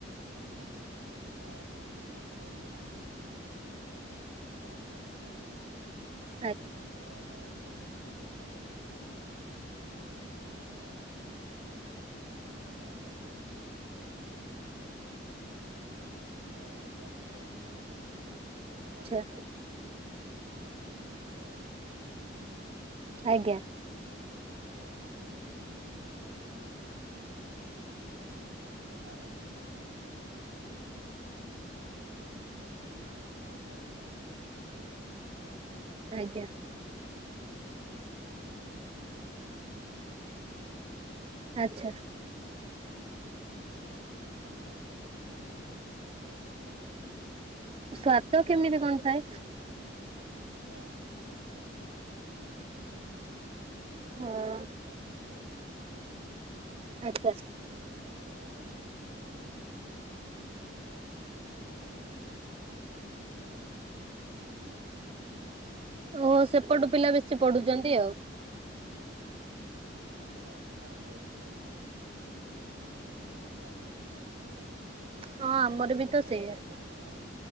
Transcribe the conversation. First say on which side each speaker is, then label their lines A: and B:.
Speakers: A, on the right; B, on the right.
A: ହେଲା କି? ଆଠଟାରେ ତା ପୂର୍ବରୁ ସାତଟାରେ ଯାଉ ଆମେ ବ୍ରେକ ଫାଷ୍ଟ କରିଦଉ ହେଲା କି ସକାଳର ଖାଇବାଟା ଖାଇଦଉ।
B: <inaudible>
A: ସରୁ ସକାଳ ଖାଇବା ମେନୁ ରେ ଥାଏ ଆମର। କଣ କହିଲେ କି ଯେହେତୁ ଯାର ଆଉ କଣଥିବ। ଆମର ବରା ତରକାରୀ ନହେଲେ କୋଉ ଦିନ ଇଟିଲ ତରକାରୀ। କୋଦିନ ଥିବ ହାଲୁଆ ଥିବ। ହେଲା କି କଉଦିନ ପୋହା
B: ଆଚ୍ଛା
A: ଥିବ ଏମିତି ସବୁ ରୁହେ ଆଉ ହେଲା କି।
B: ଆଜ୍ଞା।
A: ତାପରେ ଆମର ମଧ୍ୟ୍ୟନ ଭୋଜନରେ ବି ସବୁ। ଦିଅନ୍ତି ଖାଇବା ପାଇଁ ଏମିତି ଆମର କୋଉଦିନ ରହିଲା ଧର ବାର ଯେଉଁନ ଅଛି ସେଦିନ ଆମର ଚିକେନ ରୁହେ। ହେଲାକି ଆଉ ଦିନେ ମାଛ ରୁହେ ଆଉ ଦିନେ ଅଣ୍ଡା ରୁହେ ହେଲାକି। ଆଉ ନହେଲେ ସୋୟାବିନ୍
B: ଆଜ୍ଞା
A: କରିଦିନେ ରୁହେ ତାପରେ ଗୋଟେ ମି ସ୍ପେସ ର ଗୋଟେ କରି ରୁହେ ହେଲାକି
B: ଆଚ୍ଛା
A: ଏମିତି ସବୁ ରୁହେ। ତା ପରେ ଆଉ ହଷ୍ଟେଲ କଥା କହିବି ହଷ୍ଟେଲରେ ତ ଆମର। ଆମେ
B: ସ୍ଵାଦ
A: ତାପରେ
B: କେମିତି
A: ଆଶୁ
B: କଣ
A: କ୍ଲାସ।
B: ଥାଏ?
A: ଆଉତ ହଷ୍ଟେଲ କଥା ତ ଆପଣ ଜାଣିଥିବେ ଯେହେତୁ ସେଠି ଆମର
B: ହଁ
A: ବିହାରରୁ ପିଲା ବହୁତ ରହୁଛନ୍ତି।
B: ଆଚ୍ଛା
A: ସେଥିପାଇଁ ତାଙ୍କର ବିହାରାରୁ ମାନେ ବହୁତ ଏଇଟି ପରସେଣ୍ଟ ପିଲା ଅଶୀ ବର୍ଷି ପ୍ରତିଶତ ପିଲା ଆମର ବିହାରରୁ ସେଇଠି କଲେଜରେ ଅଛନ୍ତି। ହେଲାକି
B: ଓହୋ ସେପଟୁ ପିଲା
A: ତ ସବ୍
B: ବେଶୀ ପଢୁ ବୁଝୁଛନ୍ତି ଆଉ।
A: ହୁଁ ତ ଖାଇବା ଏତେ ସେଠି ମାନେ ହଷ୍ଟେଲ ଖାଇବା ଜାଣି ସେମିତି ଆ୍ଭରେଜ ରୁହେ ଖାଇବା ଆଉ
B: ହଁ
A: ତ ସେଥିପାଇଁ
B: ଆମର
A: ଆମେ
B: ବି ତ
A: ପ୍ରାୟ
B: ସେଇଆ
A: ଟାଇମ ଆମର।